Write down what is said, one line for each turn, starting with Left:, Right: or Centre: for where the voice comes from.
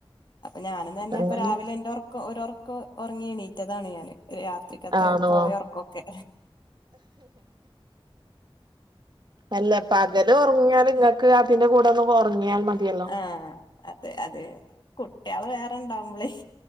Left: ഞാനും തന്നെ
Right: അങ്ങനെ
Left: ഇപ്പ രാവിലെ എന്റോർക്ക ഒരോർക്ക ഒറങ്ങി എണീറ്റതാണ് ഞാന്. രാത്രിക്കത്തെ
Right: ആണോ
Left: പോയൊർക്കൊക്കെ.
Right: അല്ല പകല് ഉറങ്ങിയാല്, ങ്ങക്ക് അതിന്റെ കൂടെ ഒന്ന് ഉറങ്ങിയാൽ മതിയല്ലോ.
Left: ആഹ അതെ അത കുട്ടിയാള് വേറെണ്ടാവുംമ്പളെയ്.